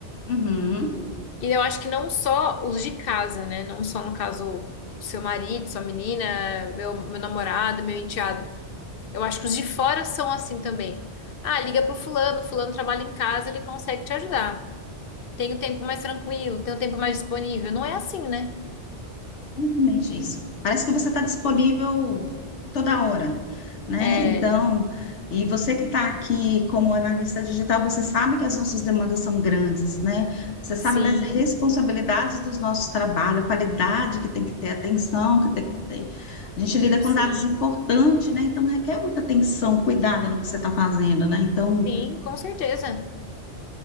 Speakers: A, on the left; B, on the left.
A: Uhum.
B: E eu acho que não só os de casa, né? Não só, no caso, seu marido, sua menina, meu, meu namorado, meu enteado. Eu acho que os de fora são assim também. Ah, liga pro fulano, fulano trabalha em casa, ele consegue te ajudar. Tem um tempo mais tranquilo, tem um tempo mais disponível. Não é assim, né?
A: Exatamente isso. Parece que você está disponível toda hora, né?
B: É,
A: Então, e você que está aqui como analista digital, você sabe que as nossas demandas são grandes, né? Você
B: sim,
A: sabe das responsabilidades
B: sim,
A: dos nossos trabalhos, a qualidade que tem que ter, atenção que tem que ter. A gente lida
B: sim,
A: com dados importantes, né? Então, requer muita atenção, cuidado no que você está fazendo, né? Então,
B: sim, com certeza,